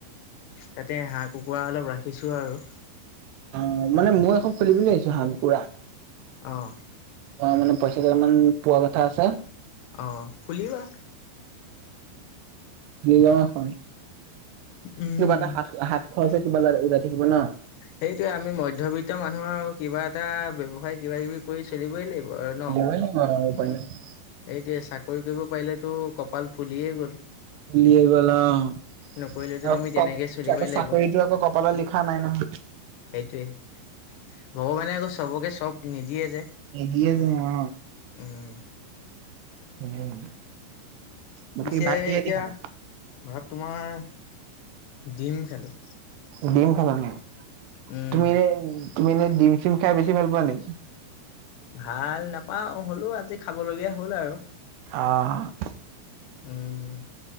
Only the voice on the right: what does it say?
অ', মানে মইয়ো এখন খুলিম বুলি ভাবিছোঁ, হাঁহ-কুকুৰা
অ', মানে পইচা কেটামান পোৱা কথা আছে।
নিলা এখন
কিবা এটা হাত-হাত খৰচে কিবা ওলাই থাকিব ন।
হৈ থাকিব আৰু উপাই নাই।
উলিয়ে গ'ল অ'। <unintelligible>
চাকৰিটো আকৌ কপালত লিখা নাই নহয়।
নিদিয়ে যে অ'।
উম। বাকী
ভাত কিহেদি
খালা?
ডিম খালা ন'?
তুমি নে তুমি এনে ডিম চিম খাই বেছি ভাল পোৱা নেকি?
অ'।